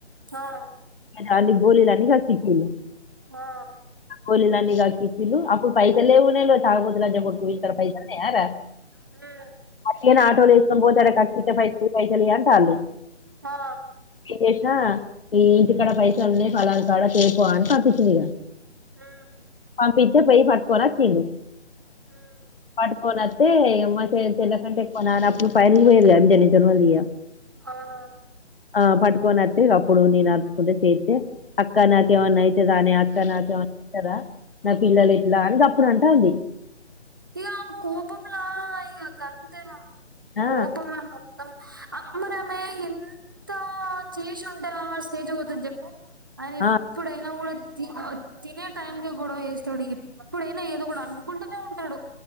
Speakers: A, on the right (about 20°); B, on the left (about 50°).
A: హా
B: అ గోళలన్నీ కకిక్కిలు
A: ఆ
B: గోళలన్నీ కాకికిలుు అప్పుడు పైసలువున్నా తాకపోతు చె కొడు పైసలుయారా
A: హ్మ్
B: అచ్చనా ఆటోలు వేసుకొని పోతారా కకి పై పైసలి అంట వాళ్ళు
A: ఆ
B: చేసినా ఈ ఇంటికాడ పైస ఉన్నాయి ఫలానా కాడ చేపోవ అని పంపించింది
A: హ్మ్
B: పంపించే పోయి పట్టుకొనిళ
A: హ్మ్
B: పట్టుకొని వస్తే మా చెల్ల కంటే ఎక్కున అని అప్పుడు పైర్కి పోయదిడన్ని చ
A: అవునవును
B: ఆ పట్టుకొని వతే ఈగ అప్పుడు నేను అరుసుకుంటే చేతే అక్క నాకేమన్నా అయితదనే అక్క నాకేమన్నయితరా నా పిల్లలు ఎట్లా అని గప్పుడు అంటాంది
A: ఇగ ఆమె కోపంలా ఇగ గంతే మనం
B: ఆ,
A: కోపంల మొత్తం ఆ అమరమే ఎంత చేసి ఉంటే ఆమె స్టేజ్ పోతుంది చెప్పు అని ఎప్పుడైనా
B: ఆ,
A: కూడా తినే టైం క గొడవ వేస్తాడు ఇప్పుడైనా ఏదో కూడా అనుకుంటూనే ఉంటాడు